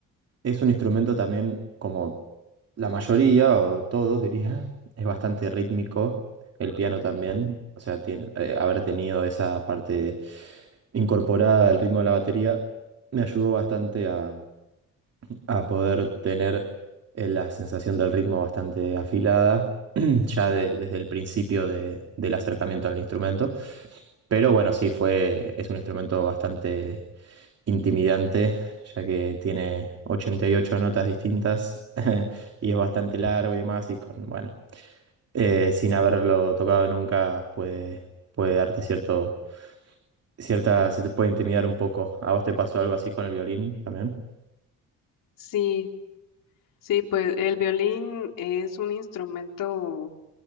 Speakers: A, on the right; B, on the left.
A: Es un instrumento también, como la mayoría, o todos diría, <laughs> es bastante rítmico. El piano también, o sea, tiene- eh, haber tenido esa parte incorporada al ritmo de la batería me ayudó bastante a, a poder tener eh, la sensación del ritmo bastante afilada, <clears throat> ya de- desde el principio de- del acercamiento al instrumento. Pero bueno, sí, fue, es un instrumento bastante intimidante, ya que tiene 88 notas distintas <laughs> y es bastante
B: Uy.
A: largo y demás, y con, bueno, eh, sin haberlo tocado nunca puede, puede darte cierto, cierta, se te puede intimidar un poco. ¿A vos te pasó algo así con el violín también?
B: Sí, sí, pues el violín es un instrumento